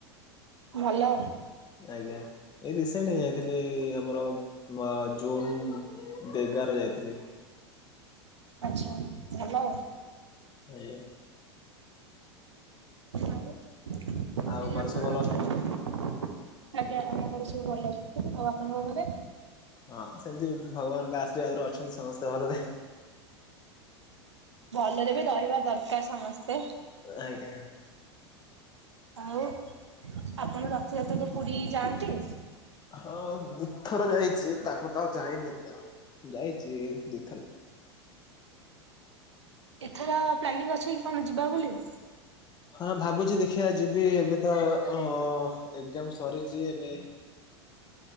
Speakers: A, on the right; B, on the left.
A: ଭଲ।
B: ଆଜ୍ଞା ଏଇ ରିସେଣ୍ଟ ହେଇଂ ଥିଲି ଆମର ମ ଜୁନ ଦେଗାର ଯାଇଥିଲି।
A: ଆଛା ଭଲ ଆଉ।
B: ଆୟା।
A: ଆଉ ମାନେ
B: ଆଉ ଗରେ
A: ଆପଣ
B: ସବୁ ଭଲ
A: ରଥଯାତ୍ରା
B: ଅଛନ୍ତି ତ?
A: ଆଜ୍ଞା ଆମ ଘରେ ସବୁ ଭଲ ଅଛନ୍ତି ଆଉ ଆପଣଙ୍କ ଘରେ?
B: ହଁ ସେମତି ଭଗବାନଙ୍କ ଆଶୀର୍ବାଦରେ ଅଛନ୍ତି ସମସ୍ତେ ଭଲରେ।
A: ଭଲରେ ବି ରହିବା ଦରକାର ସମସ୍ତେ।
B: ଆଜ୍ଞା।
A: ଆଉ ଆପଣ ରଥଯାତ୍ରାରେ ପୁରୀ ଯାଆନ୍ତି?
B: ହଁ ଦୁଥର ଯାଇଛି ତାପରେ ତ ଆଉ ଯାଇନି ଏତେ ଆଉ ଯାଇଛି ଦି
A: ଏଥର ପ୍ଲାନିଂ ଅଛି କି କଣ ଯିବା ବୋଲି?
B: ହଁ ଭାବୁଛି ଦେଖିବା ଯିବି ଏବେ ତ ଅ ଏକଜାମ୍ ସରିଛି ଏବେ।